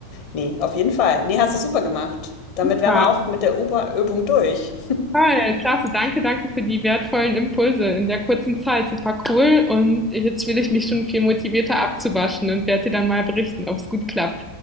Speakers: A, on the left; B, in the centre.
A: Nee, auf jeden Fall. Nee, hast du super gemacht. Damit wären
B: Ja,
A: wir auch mit der Uber-Übung durch.
B: Toll, klasse, danke, danke für die wertvollen Impulse in der kurzen Zeit. Super cool. Und jetzt fühle ich mich schon viel motivierter abzuwaschen und werde dir dann mal berichten, ob es gut klappt.